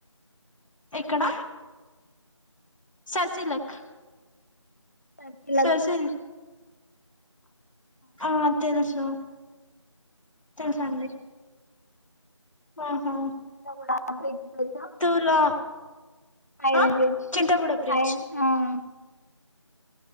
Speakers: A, on the left; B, on the left.
A: ఎక్కడ సర్సిలక్
B: చర్చిలకు
A: ససీల్ ఆ తెలుసు తెలుసండి ఆహా
B: గూడా ఆంటీకి తెలుసా
A: తులా
B: ఐరన్
A: ఆ
B: జెంచ్
A: చింతగూడ బ్రిడ్జ్
B: ఐరన్ ఆహ్